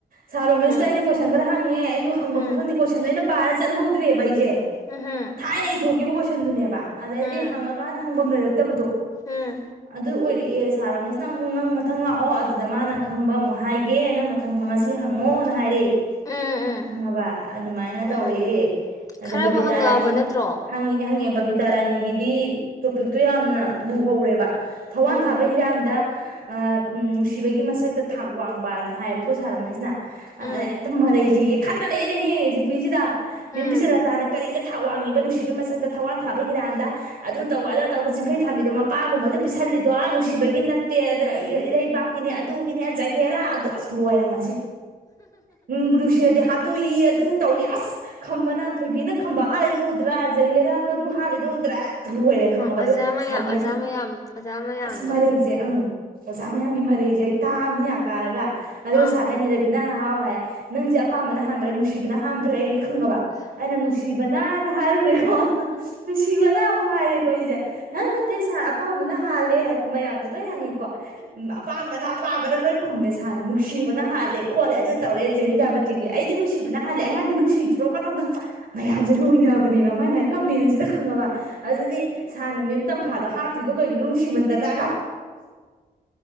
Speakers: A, on the right (about 60°); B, on the left (about 20°).
A: ꯁꯥꯔ ꯔꯣꯃꯦꯁꯇ
B: ꯎꯝ
A: ꯑꯩꯅ ꯀꯣꯏꯁꯟ ꯈꯔ ꯍꯪꯉꯦ ꯑꯩꯁꯨ ꯍꯪꯕ
B: ꯎꯝ
A: ꯈꯪꯗꯦ ꯀꯣꯏꯁꯟꯗꯣ ꯑꯩꯅ ꯄꯥꯔ ꯆꯠꯍꯧꯗ꯭ꯔꯦꯕ ꯑꯩꯁꯦ
B: ꯎꯝꯍꯨꯝ
A: ꯊꯥꯏꯅ ꯏꯊꯣꯛꯈꯤꯕ ꯀꯣꯏꯁꯟꯗꯨꯅꯦꯕ ꯑꯗꯩꯗꯤ
B: ꯎꯝ
A: ꯍꯪꯉꯀꯥꯟꯗ ꯂꯩꯔꯛꯇꯕꯗꯣ ꯑꯗꯨ
B: ꯎꯝ
A: ꯑꯣꯏꯗꯤ ꯑꯦ ꯁꯥꯔꯣꯃꯦꯁ ꯅꯪ ꯑꯃꯨꯛ ꯅꯪ ꯃꯊꯪ ꯂꯥꯛꯑꯣ ꯑꯗꯨꯗ ꯃꯥꯅ ꯈꯪꯕ ꯑꯃꯨꯛ ꯍꯥꯏꯒꯦ ꯅꯪꯅ ꯈꯪꯕ ꯉꯁꯤ ꯍꯪꯉꯣꯅ ꯍꯥꯏꯔꯦ
B: ꯎꯝ ꯎꯝ
A: ꯈꯪꯉꯕ ꯑꯗꯨꯃꯥꯏꯅ ꯇꯧꯔꯛꯑꯦ
B: ꯎꯝ
A: ꯑꯗꯩ
B: ꯈꯔꯕꯨ
A: ꯕꯕꯤꯇꯥ
B: ꯍꯪꯉꯛꯑꯕ
A: ꯔꯥꯅꯤ
B: ꯅꯠꯇ꯭ꯔꯣ
A: ꯍꯪꯉꯦ ꯍꯪꯉꯦ ꯕꯕꯤꯇꯥ ꯔꯥꯅꯤꯒꯤꯗꯤ ꯇꯣꯄꯤꯛꯇꯣ ꯌꯥꯝꯅ ꯂꯨꯍꯧꯔꯦꯕ ꯊꯧꯋꯥꯟ
B: ꯎꯝ
A: ꯊꯥꯕ ꯍꯤꯔꯥꯟꯗ ꯅꯨꯡꯁꯤꯕꯒꯤ ꯃꯁꯛꯇ ꯊꯥꯛ ꯋꯥꯡꯕꯅ ꯍꯥꯏꯌꯦꯕꯀꯣ ꯁꯥꯔ ꯔꯣꯃꯦꯁꯅ
B: ꯎꯝ
A: ꯑꯗ ꯍꯦꯛꯇ ꯃꯔꯩꯁꯦ ꯈꯟꯔꯛꯑꯦꯅꯦꯍꯦ ꯖꯤ ꯄꯤ ꯖꯤꯗ
B: ꯎꯝ
A: ꯃꯦꯝꯕꯤꯁꯦ ꯂꯇꯥꯅ ꯀꯔꯤꯗ ꯊꯥꯛ ꯋꯥꯡꯉꯤ ꯅꯨꯡꯁꯤꯕꯒꯤ ꯃꯁꯛꯇ ꯊꯋꯥꯟ ꯊꯥꯕ ꯍꯤꯔꯥꯟꯗ ꯑꯗꯨ ꯇꯧꯕ ꯑꯗ ꯇꯧꯕ ꯆꯤꯡꯈꯩ ꯊꯥꯝꯕꯤꯗꯣ ꯃꯄꯥꯒꯨꯝꯕꯗ ꯄꯤꯁꯜꯂꯤꯗꯣ ꯅꯨꯡꯁꯤꯕꯒꯤ ꯅꯠꯇꯦ ꯑꯗ ꯏꯔꯩꯕꯥꯛꯀꯤꯅꯦ ꯑꯗꯨꯒꯤꯅꯦ ꯖꯍꯦꯔꯥ ꯑꯗꯨ ꯑꯁ ꯂꯣꯏꯔꯦ ꯉꯁꯤ ꯅꯨꯡꯕꯨ ꯅꯨꯡꯁꯤꯔꯗꯤ ꯍꯥꯠꯇꯣꯛꯏ ꯑꯗꯨ ꯇꯧꯏ ꯑꯁ ꯈꯝꯕꯅ ꯊꯣꯏꯕꯤꯅ ꯈꯝꯕ ꯍꯥꯂꯤꯗꯣ ꯎꯗ꯭ꯔꯥ ꯖꯍꯦꯔꯥꯗꯣ ꯑꯗꯨ ꯍꯥꯠꯂꯤꯗꯣ ꯎꯗ꯭ꯔꯥ ꯂꯣꯏꯔꯦ ꯈꯪꯉꯕ
B: ꯑꯣ ꯑꯣꯖꯥ
A: ꯑꯗꯨ
B: ꯃꯌꯥꯝ
A: ꯁꯥꯔꯨꯃꯦꯁꯅ
B: ꯑꯣꯖꯥ ꯃꯌꯥꯝ ꯑꯣꯖꯥ ꯃꯌꯥꯝꯗꯣ
A: ꯑꯁ ꯃꯔꯩꯁꯦ ꯑꯪ ꯑꯣꯖꯥ ꯃꯌꯥꯝꯒꯤ ꯃꯔꯩꯁꯦ ꯑꯩ ꯇꯥꯃꯤ ꯌꯥ ꯀꯥꯔꯒ ꯑꯗꯨꯗ
B: ꯑꯥ
A: <unintelligible> ꯔꯕꯤꯅꯥ ꯍꯥꯎ ꯍꯥꯏ ꯅꯪꯁꯦ ꯑꯄꯥꯝꯕꯅ ꯍꯥꯟꯕ꯭ꯔꯥ ꯅꯨꯡꯁꯤꯕꯅ ꯍꯥꯥꯟꯕ꯭ꯔꯥꯌꯦ ꯈꯪꯉꯕ ꯑꯩꯅ ꯅꯨꯡꯁꯤꯕꯅꯅ ꯍꯥꯏꯔꯨꯔꯦꯀꯣ ꯅꯨꯡꯁꯤꯕꯅ ꯑꯃꯨꯛ ꯍꯥꯏꯔꯦꯀꯣ ꯑꯩꯁꯦ ꯍꯥ ꯅꯠꯇꯦ ꯁꯥꯔ ꯑꯄꯥꯝꯕꯅ ꯍꯥꯜꯂꯦ ꯍꯥꯏꯀꯣ ꯃꯌꯥꯝꯁꯦ ꯂꯣꯏ ꯍꯪꯉꯤꯀꯣ ꯑꯄꯥꯝꯕꯅ ꯑꯄꯥꯝꯕꯅ ꯂꯣꯏ ꯈꯨꯝꯃꯦ ꯁꯥꯔꯅ ꯅꯨꯡꯁꯤꯕꯅ ꯍꯥꯜꯂꯦ ꯈꯣꯠꯂꯦ ꯑꯗꯨ ꯇꯧꯋꯦ ꯆꯦ ꯕꯤꯗꯌꯥꯄꯇꯤꯗꯤ ꯑꯩꯗꯤ ꯅꯨꯡꯁꯤꯕꯅ ꯍꯥꯜꯂꯦ ꯑꯉꯥꯡꯗꯤ ꯅꯨꯡꯁꯤꯗ꯭ꯔꯣ ꯀꯗꯧꯅ ꯃꯌꯥꯝꯁꯦ ꯂꯣꯏꯅꯕꯅꯦꯕ ꯃꯥꯏ ꯃꯥꯏ ꯀꯃꯦꯟꯁꯤꯗ ꯈꯪꯉꯕ ꯑꯗꯨꯗꯤ ꯁꯥꯔꯅ ꯃꯦꯝ ꯇꯝꯐꯥꯗꯣ ꯍꯥꯠꯇ꯭ꯔꯤꯗꯣ ꯀꯩꯒꯤꯅꯣ ꯅꯨꯡꯁꯤꯃꯟꯗꯅ